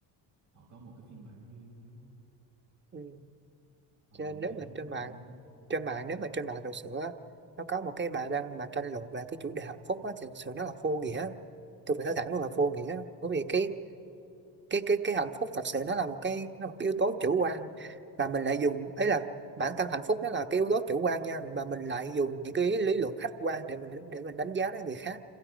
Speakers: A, on the right (about 85°); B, on the right (about 20°).
A: họ có một cái phiên bản riêng đó đúng không
B: ừ.
A: ờ,
B: cho nên
A: nghe
B: nếu mà
A: thú
B: trên
A: vị
B: mạng
A: quá ha
B: trên mạng nếu mà trên mạng thực sự á nó có một cái bài đăng mà tranh luận về cái chủ đề hạnh phúc á thì thực sự nó là vô nghĩa tôi phải nói thẳng luôn là vô nghĩa bởi vì cái cái cái cái hạnh phúc thật sự nó là một cái nó là một cái yếu tố chủ quan và mình lại dùng ấy là bản thân hạnh phúc nó là cái yếu tố chủ quan nha mà mình lại dùng những cái lý luận khách quan để mình để mình đánh giá đến người khác